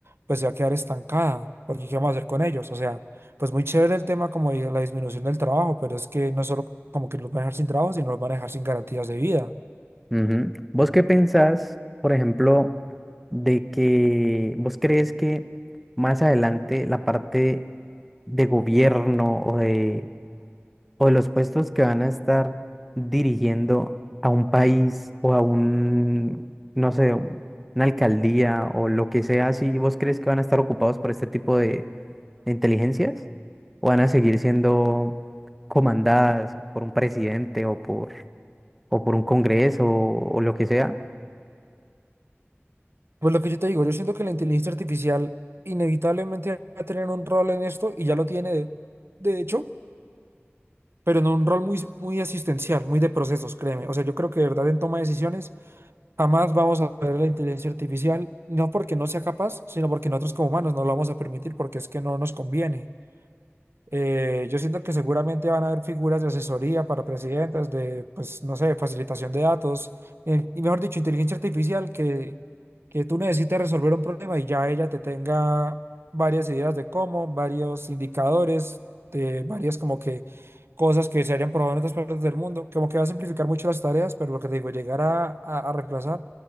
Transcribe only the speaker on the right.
pues se va a quedar estancada. Porque ¿qué vamos a hacer con ellos? O sea, pues muy chévere el tema como de la disminución del trabajo, pero es que no es solo como que los van a dejar sin trabajo, sino los van a dejar sin garantías de vida.
Pues lo que yo te digo, yo siento que la inteligencia artificial inevitablemente va a tener un rol en esto y ya lo tiene de, de hecho, pero en un rol muy, muy asistencial, muy de procesos, créeme. O sea, yo creo que de verdad en toma de decisiones jamás vamos a ver la inteligencia artificial, no porque no sea capaz, sino porque nosotros como humanos no lo vamos a permitir porque es que no nos conviene. Eh, yo siento que seguramente van a haber figuras de asesoría para presidentes, de, pues, no sé, facilitación de datos, eh, y mejor dicho, inteligencia artificial que, que tú necesites resolver un problema y ya ella te tenga varias ideas de cómo, varios indicadores, de varias como que cosas que se hayan probado en otras partes del mundo, como que va a simplificar mucho las tareas, pero lo que te digo, llegar a, a, a reemplazar